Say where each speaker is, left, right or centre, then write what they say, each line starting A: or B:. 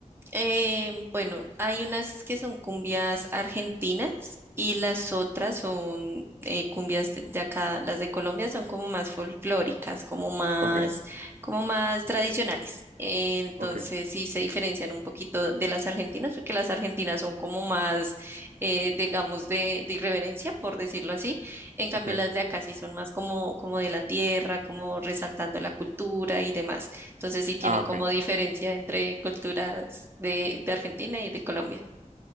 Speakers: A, on the right; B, on the right.
A: Eh, bueno, hay unas que son cumbias argentinas y las otras son eh, cumbias de, de acá. Las de Colombia son como más folclóricas, como más,
B: Ok, Ajá.
A: como más tradicionales. Eh, entonces
B: ok.
A: sí se diferencian un poquito de las argentinas porque las argentinas son como más, eh, digamos, de, de irreverencia, por decirlo así. En cambio,
B: Ok.
A: las de acá sí son más como, como de la tierra, como resaltando la cultura y demás. Entonces sí tienen
B: Ah, ok.
A: como diferencia entre culturas de, de Argentina y de Colombia.